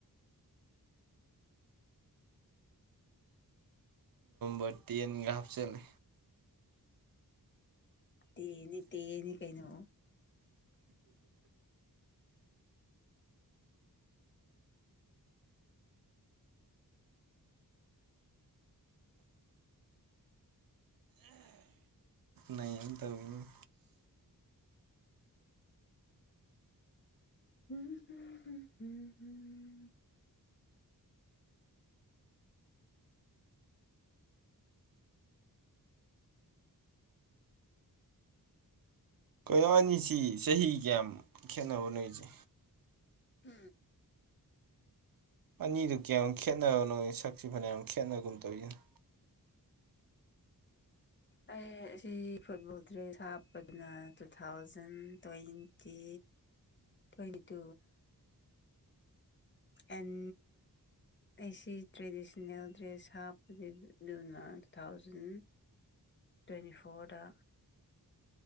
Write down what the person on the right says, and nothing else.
ꯔ ꯇꯦꯟꯒ ꯍꯥꯞꯆꯤꯂ
ꯅꯩ ꯑꯃ ꯇꯧꯋꯤꯅꯦ
ꯀꯣꯏꯌꯥꯅꯤꯁꯤ ꯆꯍꯤ ꯀꯌꯥꯝ ꯈꯦꯠꯅꯕꯅꯣꯁꯦ
ꯑꯅꯤꯗꯨ ꯀꯌꯥꯝ ꯈꯦꯠꯅꯔꯕꯅꯣ ꯁꯛꯁꯤ ꯐꯅꯌꯥꯝ ꯈꯦꯠꯅꯒꯨꯝ ꯇꯧꯏꯅꯨ